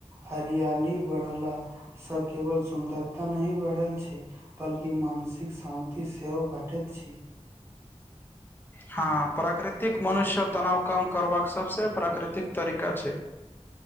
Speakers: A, on the right (about 20°); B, on the left (about 15°).
A: हरियाली बढ़ला स केवल सुन्दरता नहि बढ़ल छै बल्कि मानसिक शान्ति सेहो घटैत छै
B: हाँ प्राकृतिक मनुष्य तनाव कम करबाक सबसे प्राकृतिक तरीका छै